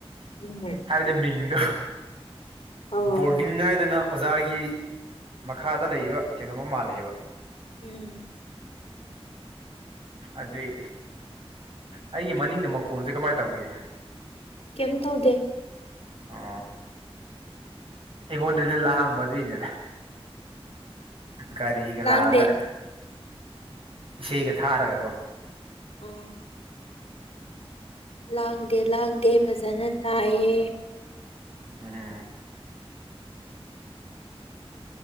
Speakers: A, on the left; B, on the right.
A: ꯎꯝ
B: ꯍꯥꯏꯕꯗꯤ ꯃꯤꯡꯗꯣ
A: ꯑꯧ
B: ꯕꯣꯔꯗꯤꯡ ꯉꯥꯏꯗꯅ ꯑꯣꯖꯥꯒꯤ ꯃꯈꯥꯗ ꯂꯩꯕ ꯀꯩꯅꯣꯝꯃ ꯃꯥꯜꯂꯦꯕ
A: ꯎꯝ
B: ꯑꯗꯨꯏ ꯑꯩꯒꯤ ꯃꯅꯤꯡꯒꯤ ꯃꯈꯣꯟꯁꯦ ꯀꯃꯥꯏꯅ ꯇꯧꯒꯦ
A: ꯀꯝ ꯇꯧꯗꯦ
B: ꯑ ꯑꯩꯉꯣꯟꯗꯗꯤ ꯂꯥꯡꯕ ꯑꯗꯨꯏꯅꯦꯗ ꯒꯥꯔꯤꯒ
A: ꯂꯥꯡꯗꯦ
B: ꯂꯥꯛꯑꯒ ꯏꯁꯩꯒ ꯊꯥꯔꯒꯀꯣ
A: ꯑ ꯂꯥꯡꯗꯦ ꯂꯥꯡꯗꯦ ꯐꯖꯅ ꯇꯥꯏꯌꯦ
B: ꯎꯝ